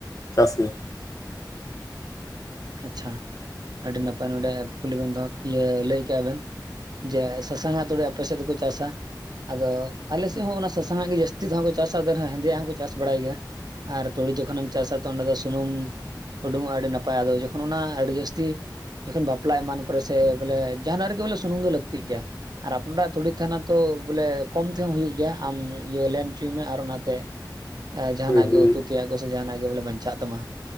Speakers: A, on the left; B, on the right.
A: ᱪᱟᱥ ᱜᱮᱭᱟ᱾
B: ᱟᱪᱪᱷᱟ᱾ ᱟᱹᱰᱤ ᱱᱟᱯᱟᱭ ᱱᱚᱰᱮ ᱠᱩᱠᱞᱤ ᱵᱮᱱ ᱫᱚᱦᱚ ᱤᱭᱟᱹ ᱞᱟᱹᱭ ᱠᱮᱜ-ᱟ ᱵᱮᱱ ᱡᱮ ᱥᱟᱥᱟᱝᱟᱜ ᱛᱩᱲᱤ ᱟᱯᱮ ᱥᱮᱫ ᱫᱚᱠᱚ ᱪᱟᱥᱟ᱾ ᱟᱫᱚ ᱟᱞᱮ ᱥᱮᱫ ᱦᱚᱸ ᱚᱱᱟ ᱥᱟᱥᱟᱝᱟᱜ ᱜᱮ ᱡᱟᱹᱥᱛᱤ ᱫᱚ ᱦᱟᱸᱜ ᱠᱚ ᱪᱟᱥᱟ᱾ ᱟᱫᱚ ᱱᱟᱦᱟᱜ ᱦᱮᱸᱫᱮᱭᱟᱜ ᱦᱚᱸᱠᱚ ᱠᱚ ᱪᱟᱥ ᱵᱟᱲᱟᱭ ᱜᱮᱭᱟ᱾ ᱟᱨ ᱛᱩᱲᱤ ᱡᱚᱠᱷᱚᱱᱮᱢ ᱪᱟᱥᱟ ᱛᱚ ᱚᱸᱰᱮ ᱫᱚ ᱥᱩᱱᱩᱢ ᱩᱰᱩᱝᱚᱜᱼᱟ ᱟᱹᱰᱤ ᱱᱟᱯᱟᱭ ᱟᱫᱚ ᱠᱚᱠᱷ--᱾ ᱠᱷᱚᱱ ᱚᱱᱟ ᱟᱹᱰᱤ ᱡᱟᱹᱥᱛᱤ ᱡᱚᱠᱷᱚᱱ ᱵᱟᱯᱞᱟ ᱮᱢᱟᱱ ᱠᱚᱨᱮ ᱥᱮ ᱵᱚᱞᱮ ᱡᱟᱦᱟᱱᱟᱜ ᱨᱮᱜᱮ ᱵᱚᱞᱮ ᱥᱩᱱᱩᱢ ᱫᱚ ᱞᱟᱹᱠᱛᱤᱜ ᱜᱮᱭᱟ᱾ ᱟᱨ ᱟᱯᱱᱟᱨᱟᱜ ᱛᱩᱲᱤ ᱛᱟᱦᱮᱱᱟ ᱛᱚ ᱵᱚᱞᱮ ᱠᱚᱢ ᱛᱮᱦᱚᱸ ᱦᱩᱭᱩᱜ ᱜᱮᱭᱟ ᱟᱢ ᱤᱭᱟᱹ ᱞᱮᱱ ᱚᱪᱚᱭ ᱢᱮ ᱟᱨ ᱚᱱᱟ ᱛᱮ <inaudible> ᱮ ᱡᱟᱦᱟᱱᱟᱜ
A: ᱦᱳᱭ ᱦᱳᱭ
B: ᱜᱮ ᱩᱛᱩ ᱛᱮᱭᱟᱜ ᱠᱚ ᱥᱮ ᱡᱟᱦᱟᱱᱟᱜ ᱜᱮ ᱵᱚᱞᱮ ᱵᱟᱧᱪᱟᱜ ᱛᱟᱢᱟ᱾